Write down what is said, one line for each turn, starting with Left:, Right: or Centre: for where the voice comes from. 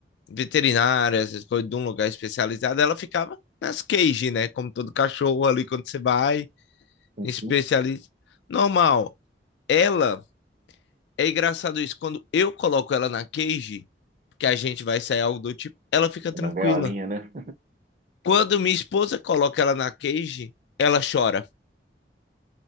Left: veterinária, essas coisas, de um lugar especializado, ela ficava nas queijes, né? Como todo cachorro ali, quando você vai,
Right: Uhum.
Left: especialista. Normal. Ela, é engraçado isso, quando eu coloco ela na cage, que a gente vai sair algo do tipo, ela fica tranquila.
Right: É Na gaiolinha, né?
Left: Quando minha esposa coloca ela na cage, ela chora.